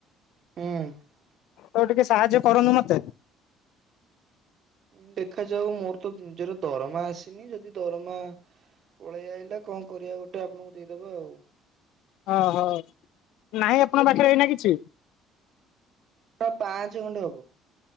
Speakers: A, on the right (about 40°); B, on the left (about 70°).
A: ହୁଁ।
B: ତ ଟିକେ ସାହାଯ୍ୟ କରନ୍ତୁ ମତେ?
A: ଉଁ ଦେଖାଯାଉ ମୋର ତ ନିଜର ଦରମା ଆସିନି, ଯଦି ଦରମା ପଳେଇ ଆଇଲା କଣ କରିବା ଗୋଟେ ଆପଣଙ୍କୁ ଦେଇଦବା ଆଉ।
B: ଓହୋ ନାହିଁ ଆପଣଙ୍କ ପାଖରେ ଏଇନା କିଛି।
A: ପାଞ୍ଚ ଖଣ୍ଡେ ହବ।